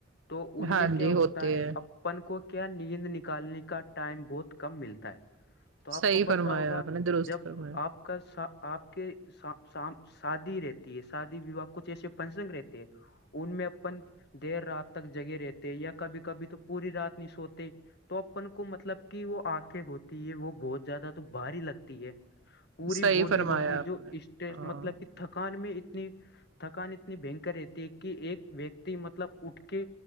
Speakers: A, on the left (about 55°); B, on the right (about 75°).
A: تو ان
B: ہاں
A: میں کیا
B: جی
A: ہوتا
B: ہوتے
A: ہے
B: ہیں
A: اب اپن کو کیا نیند نکالنے کا ٹائم بہت کم ملتا ہے تو آپ
B: صحیح
A: کو پتا
B: فرمایا
A: ہوگا
B: آپ نے درست
A: جب
B: فرمایا
A: آپ کا سا آپ کے سا۔۔ سام شادی رہتی ہے شادی ویواہ کچھ ایسے فنسن رہتے ہیں ان میں اپن دیر رات تک جگے رہتے یا کبھی کبھی تو پوری رات نہیں سوتے تو اپن کو مطلب کی وہ آنکھیں ہوتی ہے وہ بہت زیادہ تو بھاری لگتی ہے پوری
B: صحیح
A: باڈی
B: فرمایا
A: ہوتی ہے
B: آپ
A: جو
B: نے
A: اسٹرس
B: ہاں
A: مطلب کہ تھکان میں اتنی تھکان اتنی بھینکر رہتی ہے کہ ایک ویکتی مطلب اٹھ کے